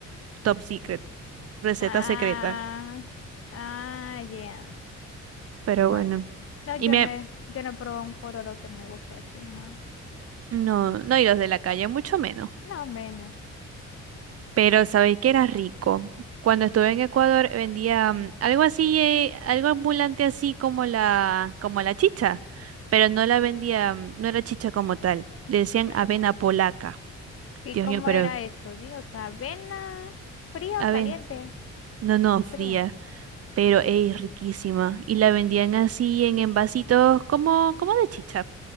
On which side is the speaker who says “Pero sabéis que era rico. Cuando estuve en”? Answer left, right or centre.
Right